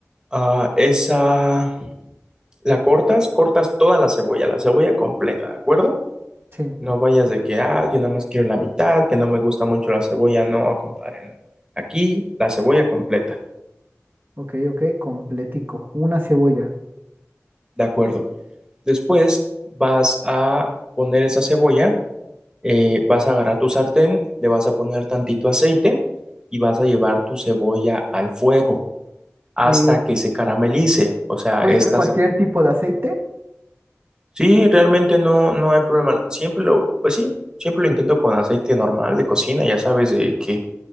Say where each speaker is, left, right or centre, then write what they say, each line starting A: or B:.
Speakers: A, on the right (about 15°); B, on the right (about 45°).
A: ah, esa la cortas, cortas toda la cebolla, la cebolla completa, ¿de acuerdo?
B: Sí,
A: No vayas
B: perfecto.
A: de que, ah, yo nada más quiero la mitad, que no me gusta mucho la cebolla. No, compadre, no. Aquí, la cebolla completa.
B: Ok, ok, completico. Una cebolla.
A: De acuerdo. Después vas a poner esa cebolla, eh, vas a agarrar tu sartén, le vas a poner tantito aceite y vas a llevar tu cebolla al fuego hasta
B: Eh,
A: que se caramelice. O sea,
B: ¿puede
A: estas,
B: ser Vale. cualquier tipo de aceite?
A: sí, realmente no, no hay problema. Siempre lo, pues sí, siempre lo intento con aceite normal de cocina, ya sabes, de que,